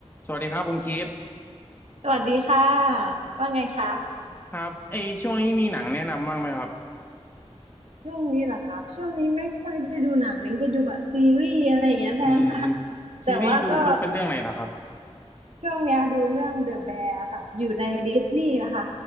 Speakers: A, on the left (about 20°); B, on the right (about 70°).
A: สวัสดีครับคุณกิฟต์
B: สวัสดีค่ะว่าไงคะ
A: ครับเอยช่วงนี้มีหนังแนะนำบ้างไหมครับ
B: ช่วงนี้เหรอคะช่วงนี้ไม่ค่อยได้ดูหนังเน้นไปดูแบบซีรีส์อะไรอย่างเงี้ยแทนค่ะ
A: อืม
B: <laughs> แต่ว่าก็
A: ซีรีส์ดูดูเป็นเรื่องไหนล่ะครับ
B: ช่วงเนี้ยดูเรื่อง The Bear ค่ะอยู่ในดิสนีย์นะคะ